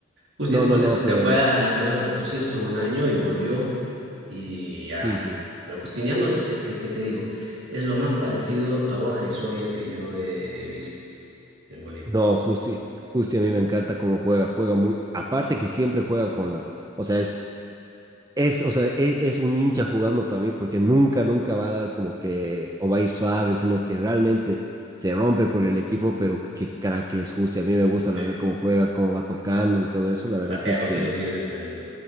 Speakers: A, on the right; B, on the right.
A: Justi
B: No,
A: después
B: no, no,
A: de eso se
B: pero
A: fue a Nacional Potosí, estuvo un año y volvió y ya.
B: sí, sí.
A: Pero Justiniano es, es que, ¿qué te digo? Es lo más parecido a Borja y Soria que yo he visto en Bolivia.
B: No, Justi, Justi a mí me encanta cómo juega, juega muy, aparte que siempre juega con la, o sea, es es, o sea, es, es, un hincha jugando para mí porque nunca, nunca va a dar como que o va a ir suave, sino que realmente se rompe por el equipo, pero qué cara que es justi a mí me gusta
A: Sí.
B: la verdad cómo juega, cómo va tocando y todo eso. La verdad
A: Patea
B: es
A: los
B: que
A: tiros libres también.